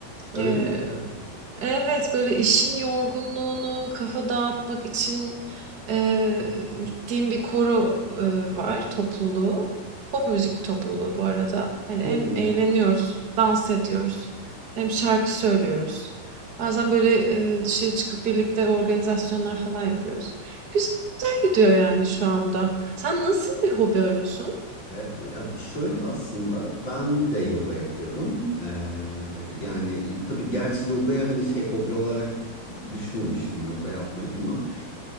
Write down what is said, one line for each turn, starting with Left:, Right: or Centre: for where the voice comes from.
Left: Öyle
Right: Eee
Left: mi?
Right: Evet, böyle işin yorgunluğunu kafa dağıtmak için eee, gittiğim bir koro eee, var, topluluğu. Pop müzik topluluğu bu arada. Hani
Left: Pop
Right: hem
Left: müzik.
Right: eğleniyoruz, dans ediyoruz, hem şarkı söylüyoruz. Bazen böyle eee, dışarı çıkıp birlikte organizasyonlar falan yapıyoruz. Güzel gidiyor yani şu anda. Sen nasıl bir hobi arıyorsun?
Left: Ve ya şöyle aslında ben de yoga yapıyorum. Ee, yani tabii gerçi yogaya hani şey hobi olarak düşünmemiştim yoga yapmayı ama